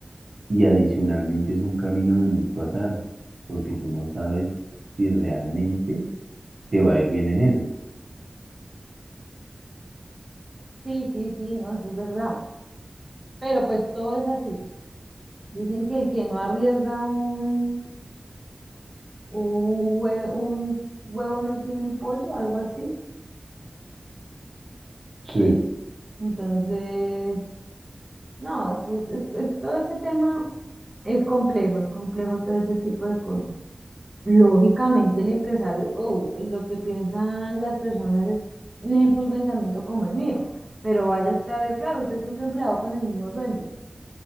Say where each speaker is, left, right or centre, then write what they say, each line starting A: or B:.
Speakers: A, on the right; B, on the right.
A: Y adicionalmente es un camino de mucho azar, porque tú no sabes si realmente te va a ir bien en eso.
B: Sí, sí, sí, no, eso es verdad. Pero pues todo es así. Dicen que el que no arriesga un, un, hue- un huevo no tiene un pollo, algo así.
A: Sí,
B: Entonces, no, sí, es, es- es- todo ese tema es complejo, es complejo todo ese tipo de cosas. Lógicamente el empresario, obvio, lo que piensan las personas es, un ejemplo, un pensamiento como el mío. Pero vaya usted a ver, claro, usted siempre empleado con el mismo sueldo.